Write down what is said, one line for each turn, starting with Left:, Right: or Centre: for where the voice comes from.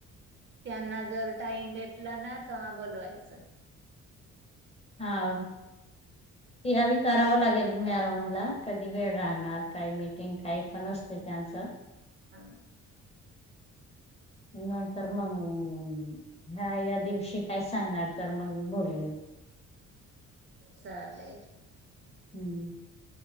Right: त्यांना जर टाईम भेटला ना तवा बोलवायचं.
Left: हा. तिला भी कराव लागेल. मॅडमला कधी वेळ राहणार, काही मिटिंग काही पण असते त्यांचं.
Right: ह.
Left: नंतर मंग ह ह्या या दिवशी काय सांगणार तर मंग बोलं
Right: चालेल.
Left: हम्म.